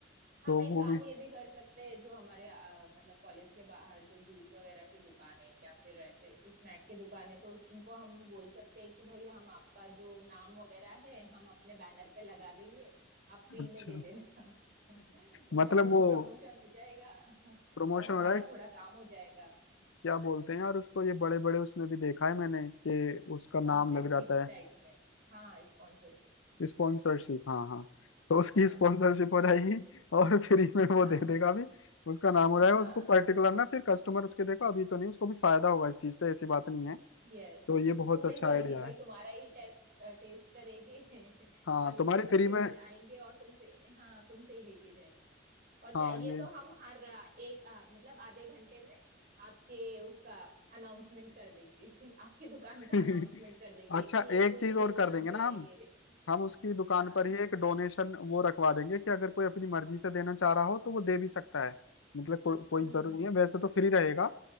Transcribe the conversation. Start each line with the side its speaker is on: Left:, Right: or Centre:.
Right: हम
Left: तो
Right: एक
Left: वो
Right: काम
Left: भी
Right: ये भी कर सकते हैं जो हमारे अ, मतलब कॉलेज के बाहर जो जूस वगैरह की दुकान है या फिर ऐसे स्नैक की दुकान है तो उनको हम बोल सकते हैं कि भाई हम आपका जो नाम वगैरह है हम अपने बैनर पे लगा देंगे आप फ्री
Left: अच्छा
Right: में दे देना <laughs> उनका
Left: मतलब
Right: थोड़ा
Left: वो
Right: प्रमोशन हो जाएगा <laughs>
Left: प्रमोशन
Right: और हमारा
Left: हो रहा है
Right: थोड़ा काम हो जाएगा
Left: क्या बोलते हैं यार उसको ये बड़े बड़े उसमें भी देखा है मैंने कि उसका
Right: स्पॉन्सर
Left: नाम लग जाता
Right: टाइप
Left: है
Right: में हाँ स्पॉन्सरशिप
Left: स्पॉन्सरशिप हाँ हाँ तो उसकी
Right: हाँ
Left: स्पॉन्सरशिप हो
Right: तो-
Left: जाएगी और फ्री में
Right: हाँ
Left: वो दे देगा भी उसका नाम हो जाएगा
Right: हाँ
Left: उसको पर्टिकुलर ना फिर कस्टमर उसके देखो अभी तो नहीं उसको भी फायदा होगा इस चीज से ऐसी बात नहीं है
Right: यस
Left: तो ये
Right: उसको
Left: बहुत अच्छा
Right: वही बोलेंगे
Left: आइडिया
Right: भाई
Left: है
Right: तुम्हारा ही टेस्ट टेस्ट करेंगे <laughs>
Left: हाँ
Right: कॉलेज
Left: तुम्हारी
Right: के
Left: फ्री
Right: बच्चे
Left: में
Right: फिर आएंगे और तुमसे हाँ तुमसे ही लेके जाएंगे और
Left: हाँ
Right: चाहिए
Left: ये
Right: तो हम हर आ, एक आ, मतलब आधे घंटे में आपके उसका अनाउंसमेंट कर देंगे <laughs> आपकी दुकान
Left: <laughs>
Right: का अनाउंसमेंट कर देंगे
Left: अच्छा
Right: कि ये
Left: एक
Right: फ्रूटी
Left: चीज
Right: ये
Left: और कर
Right: दुकान
Left: देंगे ना
Right: से आई
Left: हम
Right: है
Left: हम उसकी दुकान
Right: हाँ
Left: पर ही एक डोनेशन वो रखवा देंगे कि अगर कोई अपनी मर्जी से देना चाह रहा हो तो वो दे भी सकता है मतलब को, कोई
Right: हम्म
Left: जरूरी नहीं है वैसे तो फ्री रहेगा